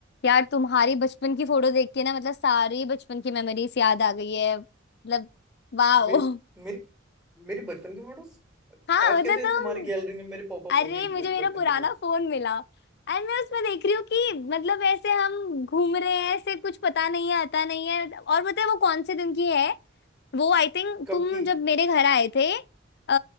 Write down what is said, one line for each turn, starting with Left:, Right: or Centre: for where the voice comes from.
Left: यार तुम्हारी बचपन की फोटो देख के ना मतलब सारी बचपन की मेमोरीज याद आ गई है मतलब वाओ
Centre: मे, मेरी मेरी बचपन की फोटोज
Left: हाँ
Centre: आज कैसे
Left: मतलब तुम
Centre: तुम्हारी गैलरी में मेरे पॉपअप
Left: अरे
Centre: हो गई
Left: मुझे मेरा
Centre: बचपन
Left: पुराना
Centre: की फोटोज
Left: फोन मिला एंड मैं उसमें देख रही हूँ कि मतलब ऐसे हम घूम रहे हैं ऐसे कुछ पता नहीं है आता नहीं है और पता है वो कौन से दिन की है वो आई थिंक
Centre: कब
Left: तुम
Centre: की
Left: जब मेरे घर आए थे अ,